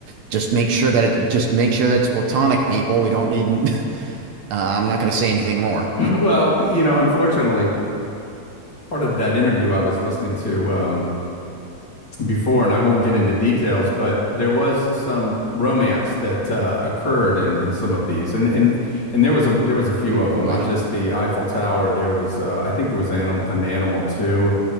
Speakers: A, on the right; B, on the left.
A: just make sure that it just make sure that it's platonic people. We don't need, <laughs> uh, I'm not going to say anything more.
B: <clears throat> well, you know, unfortunately, part of that interview I was listening to, um, before, and I won't get into details, but there was some romance that uh, occurred in, in some of these, and and and there was a there was a few
A: Ooh
B: of
A: boy.
B: them, not just the Eiffel Tower. There was uh, I think there was anim an animal too,